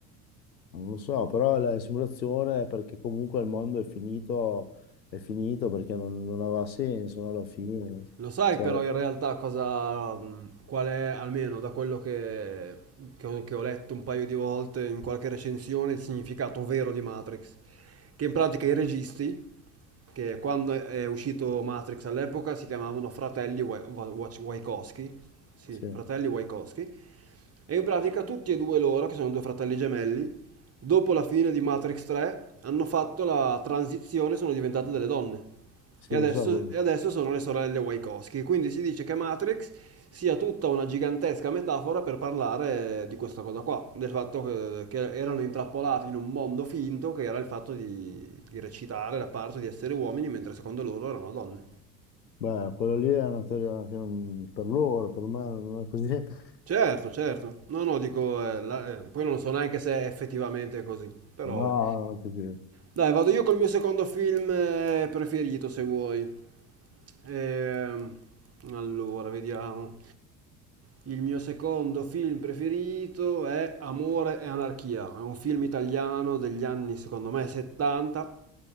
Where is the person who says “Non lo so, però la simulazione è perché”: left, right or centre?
Left